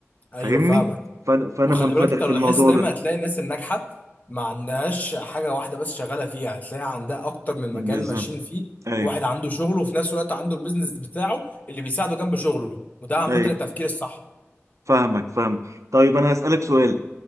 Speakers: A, on the left; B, on the right.
A: ايوه
B: فاهمني
A: فاهمك
B: فانا فأنا
A: وخلي
B: منفتح
A: بالك انت
B: في
A: لو
B: الموضوع
A: لاحظت دايما
B: ده
A: هتلاقي الناس الناجحه ما عندهاش حاجه واحده بس شغاله فيها هتلاقي عندها اكتر من
B: بالظبط
A: مجال ماشيين فيه
B: ايوه
A: واحد عنده شغله وفي نفس الوقت عنده البيزنس بتاعه اللي بيساعده جنب شغله وده عامه
B: ايوه
A: التفكير الصح
B: فاهمك فاهمك طيب انا هسالك سؤال